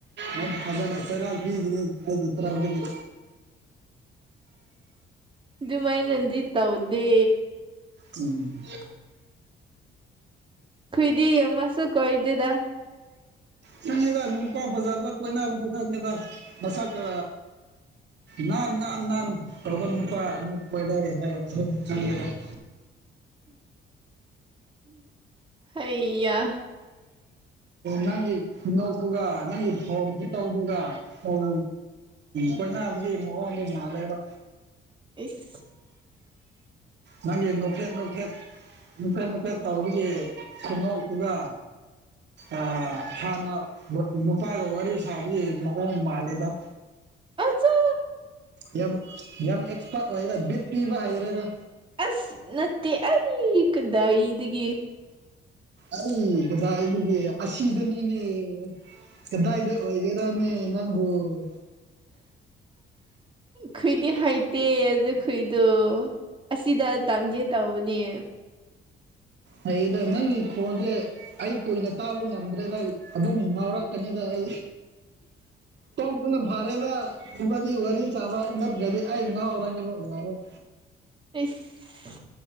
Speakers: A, on the right; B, on the right.
A: ꯅꯪ ꯐꯖꯅ ꯆꯩꯔꯛ ꯄꯤꯒꯅꯤ ꯑꯩꯒꯤ ꯇꯔꯞꯇꯒꯤ
B: ꯗꯨꯃꯥꯏ ꯅꯗꯤ ꯇꯧꯗꯦ
A: ꯎꯝ
B: ꯑꯩꯈꯣꯏꯗꯤꯃꯁꯨ ꯀꯣꯏꯗꯦꯗ
A: ꯈꯪꯉꯤꯗ ꯅꯨꯄꯥ ꯐꯖꯥꯗ ꯀꯣꯏꯅꯗꯣ ꯈꯪꯉꯤꯗ ꯃꯁꯛ ꯀ ꯅꯟ ꯅꯟ ꯅꯟ ꯇꯧꯔꯒ ꯅꯨꯄ ꯑꯃꯨꯛ ꯀꯣꯏꯔꯦꯍꯥꯏ ꯎ <unintelligible>
B: ꯑꯩꯌꯥ
A: ꯅꯪꯒꯤ ꯈꯨꯅꯣꯛꯇꯨꯒ ꯅꯪꯒꯤ ꯐꯣꯟ ꯈꯨꯇꯧꯗꯨꯒ ꯇꯧ ꯀꯣꯏꯅꯕꯒꯤ ꯃꯑꯣꯡꯗꯤ ꯃꯥꯂꯦꯕ
B: ꯏꯁ
A: ꯅꯒꯤ ꯅꯣꯛꯐꯦꯠ ꯅꯣꯛꯐꯦꯠ ꯅꯣꯛꯐꯦꯠ ꯅꯣꯛꯐꯦꯠꯇꯧꯕꯒꯤ ꯈꯨꯅꯣꯛꯇꯨꯒ ꯑ ꯍꯥꯟꯅ ꯅꯨꯄꯥꯒ ꯋꯥꯔꯤ ꯁꯥꯕꯒꯤ ꯃꯑꯣꯡ ꯃꯥꯜꯂꯤꯗ
B: ꯑꯆꯥ
A: ꯌꯥꯝ ꯌꯥꯝ ꯑꯦꯛꯁꯄꯥꯔꯠ ꯑꯣꯏꯔꯦꯗ ꯕꯤꯠ ꯄꯤꯕ ꯍꯩꯔꯦꯗ
B: ꯑꯁ ꯅꯠꯇꯦ ꯑꯩ ꯀꯗꯥꯏꯗꯒꯤ
A: ꯑꯩ ꯀꯗꯥꯏꯗꯒꯤ ꯑꯁꯤꯗꯅꯤꯅꯦ ꯀꯗꯥꯏꯗ ꯑꯣꯏꯒꯦꯔꯅꯦ ꯅꯪꯕꯨ <inaudible>
B: ꯈꯣꯏꯗꯤ ꯍꯥꯏꯇꯦ ꯑꯗꯨ ꯀꯩꯗꯣ ꯑꯁꯤꯗ ꯇꯝꯒꯦ ꯇꯧꯕꯅꯦ
A: ꯍꯩꯗ ꯅꯪꯒꯤ ꯈꯣꯟꯁꯦ ꯑꯩ ꯀꯨꯏꯅ ꯇꯥꯕ ꯉꯝꯗ꯭ꯔꯦꯗ ꯑꯗꯨꯝ ꯉꯥꯎꯔꯛꯀꯅꯤꯗ ꯑꯩ ꯇꯣꯛꯄꯅ ꯐꯔꯦꯗ ꯏꯕꯅꯤ ꯋꯥꯔꯤ ꯁꯥꯕ ꯅꯠꯇ꯭ꯔꯥꯗꯤ ꯑꯩ ꯉꯎꯔꯅꯤꯕ ꯌꯔꯔꯣꯏ
B: ꯑꯁ